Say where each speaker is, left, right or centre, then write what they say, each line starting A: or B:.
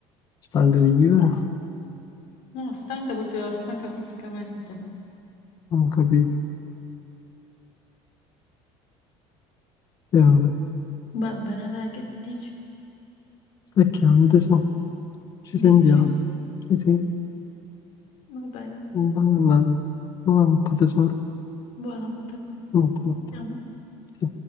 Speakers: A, on the left; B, on the left.
A: stanca di vivere,
B: No, stanca proprio, stanca fisicamente.
A: non capisco. E vabbè,
B: Va bene, dai, che dici?
A: stacchiamo tesoro, ci sentiamo.
B: Dici?
A: Sì, sì,
B: Va bene.
A: buona annata. Buonanotte tesoro,
B: Buonanotte.
A: buonanotte.
B: Andiamo.
A: Ti